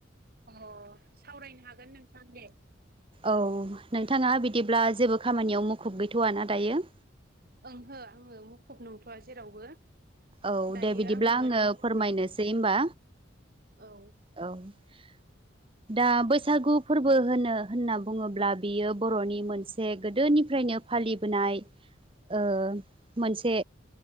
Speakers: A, on the right; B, on the right.
A: अ सावरायनो हागोन नोंथां ने
B: औ नोंथाङा बिदिब्ला जेबो खामानियाव मुखुब गैथ'व ना दायो
A: ओंहो आङो मुखुब नंथ'आ जेरावबो
B: औ
A: दायो
B: दे बिदिब्ला आङो
A: ओरैनो दंथ'यो
B: फोरमायनोसै होनबा
A: औ।
B: औ <inaudible> दा बैसागु फोरबो होनो होनना बुङोब्ला बियो बर'नि मोनसे गोदोनिफ्राय फालिबोनाय ओ मोनसे